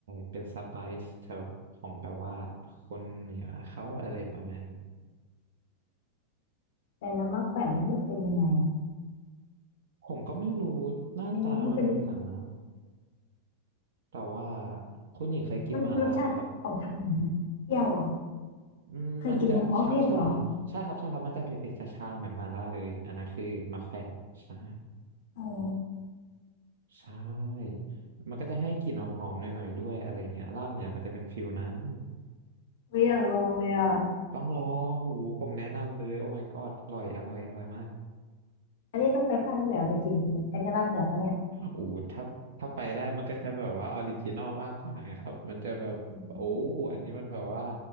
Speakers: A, on the right (about 55°); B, on the left (about 55°).
A: เป็นสไปซ์แถวของแบบว่าคนเหนือเขาอะไรประมาณนี้
B: แต่นะมะแขวนนี่มันเป็นยังไงอะ
A: ผมก็ไม่รู้หน้าตามันเหมือนกันนะ
B: เอ๊ะมันเป็น
A: แต่ว่าคุณหญิงเคยกินหม่าล่าไหมครับ
B: มันรสชาติออกทางไหนอะเปรี้ยวเหรอ
A: อืมมันจะชาชา
B: เคยกินเนี่ยอ๋อเผ็ดเหรอ
A: ใช่ครับใช่ครับมันจะเผ็ดๆชาชาเหมือนหม่าล่าเลยอันนั้นคือมาแขวนใช่
B: อ๋อ
A: ใช่มันก็จะให้กลิ่นหอมๆหน่อยๆด้วยอะไรเงี้ยลาบเหนือมันจะเป็นฟิลนั้น
B: ไม่อยากลองเลยอ่ะ
A: ต้องลองหูผมแนะนำเลยโอ้ my god อร่อยอร่อยอร่อยมาก
B: อันนี้ต้องไปภาคเหนือไปกินอันนี้ลาบเหนือปะเนี่ย
A: โอ้ถ้าถ้าไปได้มันก็จะแบบว่าออริจินอลมากกว่านครับมันจะแบบโอ้
B: อืม
A: อันนี้มันแบบว่า